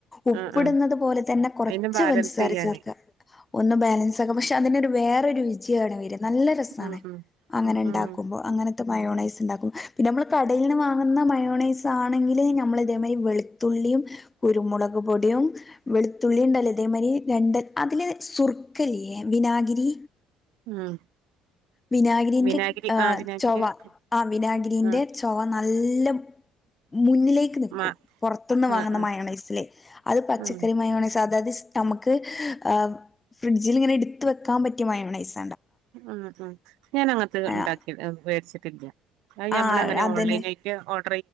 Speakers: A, on the left (about 20°); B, on the right (about 80°).
A: ഉപ്പിടുന്നത്
B: ആഹ് ആഹ്
A: പോലെ തന്നെ കൊറച്ച്
B: അയിന്റെ ബാലൻസ്
A: പൻസാര
B: ചെയ്യാന്
A: ചേർക്ക ഒന്ന് ബാലൻസ് ആക്കാൻ പക്ഷെ അതിന്റ രു വേറെ രുച്യാണ് വര നല്ല രസാണ്
B: ഉം ഉം
A: അങ്ങനെ ഇണ്ടാകുമ്പോ
B: ഉം
A: അങ്ങനത്തെ മയോണൈസ് ഇണ്ടാക്കും പിന്നെ നമ്മള് കടേന്ന് വാങ്ങുന്ന മയോണൈസ് ആണെകില് നമ്മളിതേ മാതിരി വെളുത്തുള്ളിയും കുരുമുളക് പൊടിയും വെളുത്തുള്ളിണ്ടല്ലോ ഇതേ മാതിരി രണ്ട് അതില് സുർക്ക ഇല്ലേ വിനാഗിരി രി
B: ഉം
A: വിനാഗിരിന്റെ
B: വിനാഗിരി
A: ആ
B: ആഹ് വിനാഗിരി
A: ചൊവ
B: ഒഴിക്കും
A: ആഹ് വിനാഗിരിന്റെ
B: ആഹ്
A: ചൊവ നല്ല മുന്നിലേക്ക്‌ നിക്കും
B: മ
A: പൊറത് ന്ന്‌ വാങ്ങുന്ന
B: ആഹ് ആഹ്
A: മയോണൈസില് അത് പച്ചക്കറി
B: ഉം
A: മയോണൈസാ അതായത് സാ നമ്മുക്ക് ആ ഫ്രിഡ്ജില് ഇങ്ങനെ എടുത്ത് വെക്കാൻ പറ്റിയ മയോണൈസ്
B: ആ ആഹ് ഞാനങ്ങനത്തെ
A: ആഹ്
B: ണ്ടാക്കി വേടിച്ട്ടില്ല അയ്
A: ആഹ്
B: നമ്മളെങ്ങനെ
A: അതന്നെ
B: ഓൺലൈനായിട്ട ഓർ